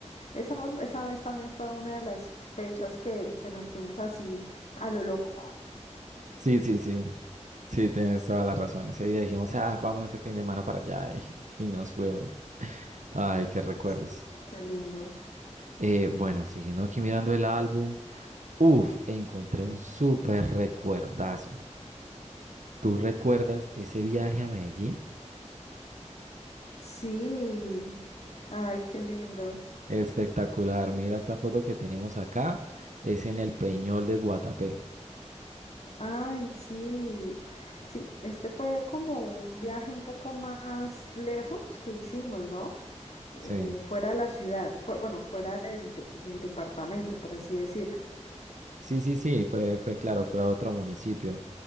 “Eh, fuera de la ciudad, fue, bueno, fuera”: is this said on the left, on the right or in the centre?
Left